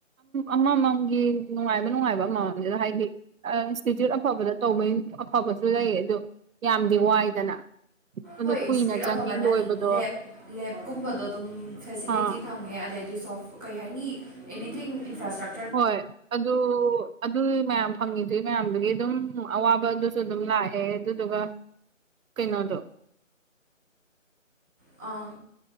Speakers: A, on the right; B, in the centre.
A: ꯑꯃꯃꯝꯒꯤ ꯅꯨꯡꯉꯥꯏꯕ ꯅꯨꯡꯉꯥꯏꯕ ꯑꯃꯃꯝꯗꯨꯗ ꯍꯥꯏꯕꯤ ꯏꯟꯁꯇꯤꯇ꯭ꯌꯨꯠ ꯑꯐꯕꯗ ꯇꯧꯕꯩ ꯑꯐꯕꯁꯨ ꯂꯩ ꯑꯗꯨ ꯌꯥꯝꯗꯤ ꯋꯥꯏꯗꯅ ꯑꯗꯣ
B: ꯍꯣꯏ
A: ꯀꯨꯏꯅ
B: ꯏꯟꯁꯇꯤꯇ꯭ꯌꯨꯠ
A: ꯆꯪꯉꯤ
B: ꯑꯐꯕꯅ
A: ꯂꯣꯏꯕꯗꯣ
B: ꯂꯦꯞ ꯂꯦꯞꯀꯨꯝꯕꯗꯣ ꯑꯗꯨꯝ ꯐꯦꯁꯤꯂꯤꯇꯤ
A: ꯑꯥ
B: ꯐꯪꯉꯦ ꯑꯗꯩꯗꯤ ꯁꯣꯐ ꯀꯩ ꯍꯥꯏꯅꯤ ꯑꯦꯅꯤꯊꯤꯡ ꯏꯟꯐ꯭ꯔꯥꯁ꯭ꯇ꯭ꯔꯛꯆꯔ
A: ꯍꯣꯏ ꯑꯗꯨ ꯑꯗꯨ ꯃꯌꯥꯝ ꯐꯪꯉꯤꯗꯨꯏ ꯃꯌꯥꯝꯗꯨꯒꯤ ꯑꯗꯨꯝ ꯑꯋꯥꯕꯗꯨꯁꯨ ꯑꯗꯨꯝ ꯂꯥꯛꯑꯦ ꯑꯗꯨꯗꯨꯒ ꯀꯩꯅꯣꯗꯣ
B: ꯑꯥ